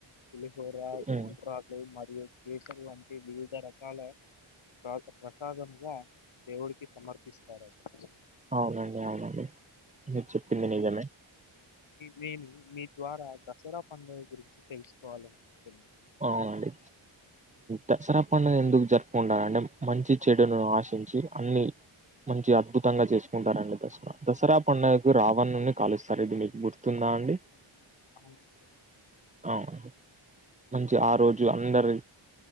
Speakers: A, on the left (about 65°); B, on the right (about 15°).
A: పులిహోర
B: ఉమ్,
A: ఉండ్రాళ్ళు మరియు చేస్తరు అంటే వివిధ రకాల తర్వాత ప్రసాదంగ దేవుడికి సమర్పిస్తారు అసలు
B: అవునండి అవునండి మీరు చెప్పింది నిజమే
A: నేనూ నీ ద్వారా దసరా పండుగ గురించి తెలుసుకోవాలనుకుంటున్నా
B: అవునా అండి దసరా పండుగను ఎందుకు జరుపుకుంటారంటే మంచి చెడును ఆశించి అన్ని మంచి అద్భుతంగా చేసుకుంటారండి దసరా దసరా పండుగకు రావణున్ని కాలుస్తారు ఇది మీకు గుర్తుందా అండి
A: గుర్తు
B: అవును మంచి ఆ రోజు అందరు